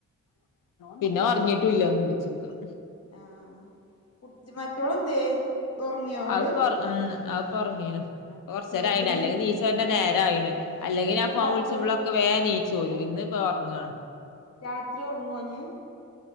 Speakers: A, on the left; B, on the left.
A: പിന്നെ ഒർങീട്ടുംല്ലന്ന് തൊന്നിണ്ട്
B: ആഹ് കുട്ടി മറ്റോളെന്തേ ഉറങ്ങിയോ ഓള്
A: അഹ് പൊറ് ഹ് മ് ആപ്പാ ഒർങ്ങീനു കുറചെരായിണ്
B: ഏഹ് ഇപ്പ ഇനി
A: അല്ലെങ്കിൽ നീശോന്റെ നേരമായിണ് അല്ലെങ്കി ഞാൻപോൺവിളിച്ചുമ്പോള്
B: രാത്രി
A: വേഗം നീച്ചോരും ഇന്ന് ഇപ്പംഒറങ്ങാണ്
B: രാത്രിഒറങ്ങൊഞ്ഞ്